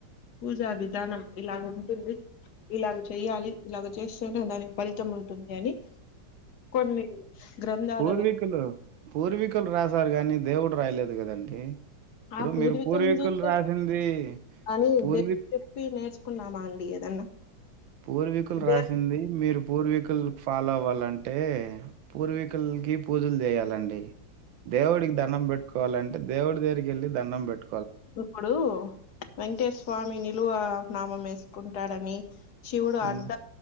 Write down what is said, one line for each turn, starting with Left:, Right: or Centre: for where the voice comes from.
Left: పూజా విధానం ఇలా ఉంటుంది ఇలాగ చెయ్యాలి ఇలాగ చేస్తనే దానికి ఫలితం ఉంటుంది అని కొన్ని గ్రంథాలలో
Right: పూర్వీకులు పూర్వీకులు రాశారు కానీ దేవుడు రయలేదు కదండి ఇప్పుడు
Left: ఆ పూర్వీకులను
Right: మీరు పూర్వీకులు
Left: చూస్తే
Right: రాసింది
Left: అని
Right: పూర్వీ
Left: చెప్పి నేర్చుకున్నామా అండి ఏదన్నా
Right: పూర్వీకులు రాసింది
Left: దేవుడు
Right: మీరు పూర్వీకులు ఫాలో అవ్వాలంటే టే పూర్వీకుల్కి పూజలు చేయాలండి దేవుడికి ధనం పెట్ కోవాలంటే దేవుడి దగరికి ఎళ్ళి దండం పెట్
Left: ఇప్పుడు వెంకటేస్వామి నిలువ నామం వేసుకుంటాడని శివుడు
Right: హ్మ్.
Left: అడ్డ